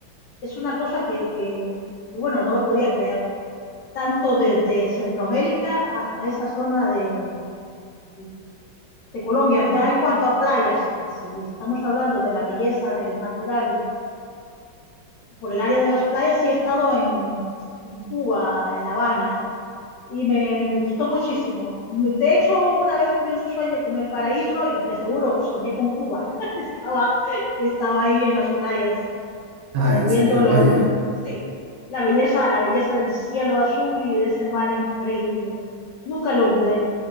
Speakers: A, on the left; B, on the right.
A: es una cosa que, que, que, bueno, no lo podía creer, tanto desde Centroamérica hasta esa zona de, de, de Colombia. Ya en cuanto a playas, que si estamos hablando de la belleza del natural, por el área de las playas, sí he estado en, en Cuba, en La Habana, y me, me, gustó muchísimo. De hecho, una vez tuve un sueño con el paraíso y te aseguro, soñé con Cuba. <laughs> estaba, estaba ahí en las playas.
B: Ah,
A: eh,
B: en
A: viéndolo,
B: serio, vaya.
A: en- sí, la belleza, la belleza del cielo azul y de ese mar increíble. Nunca lo olvidé,